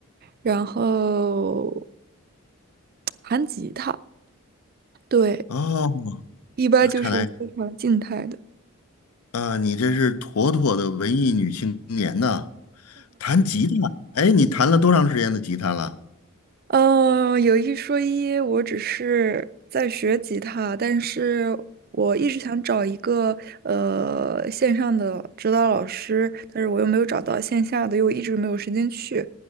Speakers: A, on the right; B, on the left.
A: 然后 <tsk> 弹吉他。对，
B: 哦，
A: 一般就是非常静态的。
B: 啊看来啊，你这是妥妥的文艺女青年呐。弹吉他，哎，你弹了多长时间的吉他了？
A: 嗯，有一说一，我只是在学吉他，但是我一直想找一个呃线上的指导老师，但是我又没有找到线下的，又一直没有时间去。